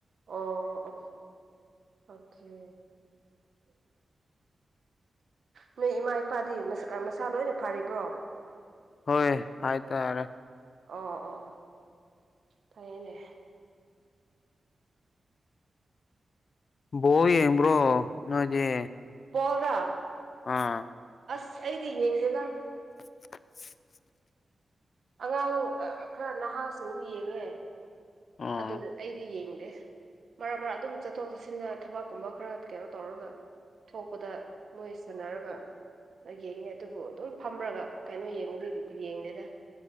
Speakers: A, on the right (about 70°); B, on the left (about 65°).
A: ꯑꯣ ꯑꯣ ꯑꯣꯀꯦ ꯅꯣꯏ ꯏꯃꯥ ꯏꯄꯥꯗꯤ ꯃꯁꯥ ꯂꯣꯏꯅ ꯐꯔꯤꯕ꯭ꯔꯣ
B: ꯍꯣꯏ ꯍꯥꯏꯇꯔꯦ
A: ꯑꯣ ꯑꯣ ꯑꯣ ꯐꯌꯦꯅꯦ
B: ꯕꯣꯕꯣ ꯌꯦꯡꯕ꯭ꯔꯣ ꯅꯣꯏꯗꯤ
A: ꯍꯣꯜ ꯗ
B: ꯑꯥ
A: ꯑꯩꯗꯤ ꯌꯦꯡꯗꯦꯗ
B: <unintelligible>
A: ꯑꯉꯥꯡ ꯈꯔ ꯅꯍꯥꯁꯤꯡꯕꯨ ꯌꯦꯡꯉꯦ
B: ꯑꯥ
A: ꯑꯗꯨ ꯑꯩꯗꯤ ꯌꯦꯡꯉꯦ ꯃꯔꯛ ꯃꯔꯛ ꯑꯗꯨꯝ ꯆꯠꯊꯣꯛ ꯆꯠꯁꯤꯟꯒ ꯊꯕꯛꯀꯨꯝꯕ ꯈꯔ ꯀꯩꯅꯣ ꯇꯧꯔꯒ ꯊꯣꯛꯄꯗ ꯃꯣꯏ ꯁꯥꯟꯅꯔꯒ ꯌꯦꯡꯉꯦ ꯑꯗꯨꯕꯨ ꯑꯗꯨꯝ ꯐꯝꯔꯒ ꯀꯩꯅꯣ ꯌꯦꯡꯕꯗ ꯌꯦꯡꯗꯦꯗ